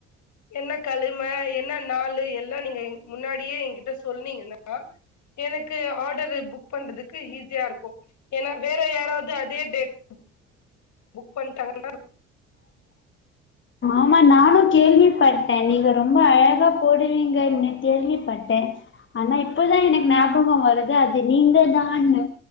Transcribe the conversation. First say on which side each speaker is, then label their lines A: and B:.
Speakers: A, on the left (about 50°); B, on the left (about 30°).
A: என்ன கழமை என்ன நாள் எல்லா முன்னாடியே ஏங்கிட்ட சொன்னீங்கன்னா எனக்கு ஆடரு புக் பண்றதுக்கு ஈஸியா இருக்கு ஏன்னா வேற யாராவது அதே டேட் புக் பண்ணட்டாங்கனா
B: ஆமா நானு கேள்விப்பட்டே நீங்க ரொம்ப அழகா போடுவீங்கனு கேள்விப்பட்டே ஆனா இப்பதா எனக்கு ஞாபகம் வருது அது நீங்கதானு